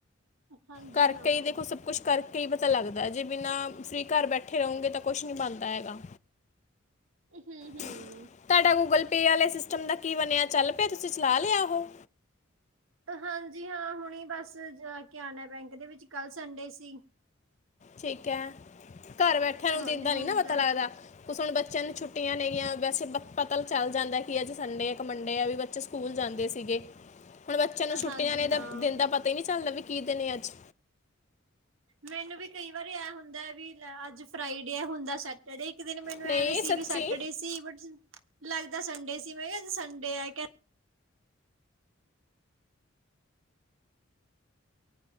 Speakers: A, on the right (about 75°); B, on the left (about 35°).
A: ਹਾਂਜੀ
B: ਕਰਕੇ
A: ਹਾਂ। ਹਾਂ।
B: ਹੀ ਦੇਖੋ ਸਭ ਕੁਛ ਕਰਕੇ ਕੀ ਹੀ ਪਤਾ ਲੱਗਦਾ ਜੇ ਬਿਨਾਂ ਫਰੀ ਘਰ ਬੈਠੇ ਰਹੋਗੇ ਤਾਂ ਕੁਛ ਨੀ ਬਣਦਾ ਹੈਗਾ।
A: ਹਮ ਹਮ।
B: ਤੁਹਾਡਾ ਗੂਗਲ ਪੇ ਵਾਲੇ ਸਮ ਦਾ ਕੀ ਬਣਿਆ ਚੱਲ ਪਿਆ ਤੁਸੀਂ ਚਲਾ ਲਿਆ ਉਹ
A: ਹਾਂਜੀ ਹਾਂ ਹੁਣ ਬਸ ਜਾ ਕੇ ਆਣਾ ਬੈਂਕ ਦੇ ਵਿੱਚ ਕੱਲ ਸੰਡੇ ਸੀ।
B: ਚ ਕ ਘਰ ਬੈਠਿਆਂ ਨੂੰ
A: ਹਾਂਜੀ
B: ਦਿਨਦਾ
A: ਹੁਣ
B: ਨ ਨਹੀਂ ਨਾ ਪਤਾ
A: ਜਾ
B: ਲੱਗਦਾ
A: ਕੇ
B: ਕੁਛ ਹੁਣ ਬੱਚ ਬੱਚਿਆਂ ਨੂੰ ਛੁੱਟੀਆਂ ਨੇਗੀਆਂ ਵੈਸੇ ਪਤਾ ਚੱਲ ਜਾਂਦਾ ਕਿ ਅੱਜ ਸੰਡੇ ਆ ਇੱਕ ਮੰਡੇ ਆ ਵੀ ਬ ਸਕੂਲ ਜਾਂਦੇ ਸੀਗੇ ਹੁਣ ਬੱਚਿਆਂ ਨੂੰ ਛੁੱਟੀਆਂ
A: ਹਾਂਜੀ
B: ਨੇ ਦਾ
A: ਹਾਂ।
B: ਦਿਨ ਦਾ ਪਤਾ ਹੀ ਨਹੀਂ ਚੱਲਦਾ ਵੀ ਕੀ ਦੇ ਨੇ ਅੱਜ
A: ਮੈਨੂੰ ਵੀ ਕਈ ਵਾਰੀ ਐ ਹੁੰਦਾ ਹੈ ਵੀ ਅੱਜ ਫਰਾਈਡੇ ਹੈ ਹੁੰਦਾ ਸੈਟਰਡੇ। ਇੱਕ ਦਿਨ ਮੈਨੂੰ
B: ਨਹੀਂ
A: ਐਵੇਂ ਸੀ
B: ਸੱਚੀ
A: ਵੀ ਸੈਟਰਡੇ ਸੀ ਬਟ ਲੱਗਦਾ। ਸੰਡੇ ਸੀ ਮੈਂ ਕਿਹਾ ਸੰਡੇ ਆ ਕਹਿੰ